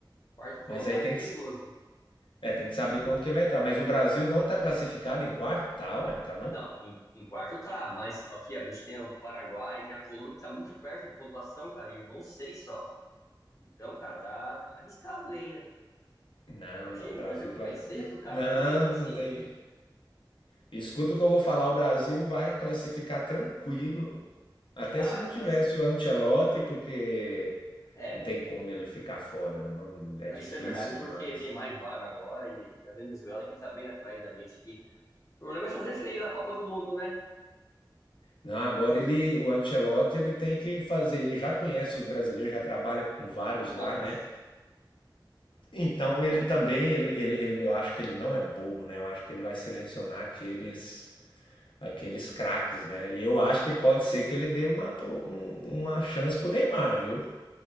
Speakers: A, on the left; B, on the left.
A: Quarto colocado
B: mas aí tem
A: é perigoso.
B: que, é, tem que saber quando que ele vai entrar. Mas o Brasil não está classificado em quarto, tá, ué, não tá não?
A: Não, em, em quarto tá, mas aqui, ó, a gente tem o Paraguai, tem a Colômbia que tá muito perto de pontuação, cara, e vão seis só. Então, cara, tá, tá arriscado ali, hein?
B: Não,
A: Imagina
B: não, o Brasil
A: o Brasil ficar
B: classi-
A: em sexto, cara,
B: não,
A: também, né? Assim,
B: não tem. Escuta o que eu vou falar, o Brasil vai classificar tranquilo, até
A: ah,
B: se não tivesse
A: assim.
B: o Ancelotti, porque
A: É,
B: não tem como ele ficar fora, não, é
A: Não,
B: difícil
A: Isso é verdade, porque
B: demais.
A: tem mais vaga agora e e a Venezuela que tá bem atrás da gente aqui. O problema é fazer feio na Copa do Mundo, né?
B: Não, agora ele, o Ancelotti, ele tem que fazer, ele já conhece os brasileiros, já trabalha com vários
A: Nossa,
B: lá, né? Então ele também, ele, ele, ele- eu acho que ele não é bobo, né? Eu acho que ele vai selecionar aqueles aqueles craques, né? E eu acho que pode ser que ele dê uma, pô, um- uma chance pro Neymar, viu?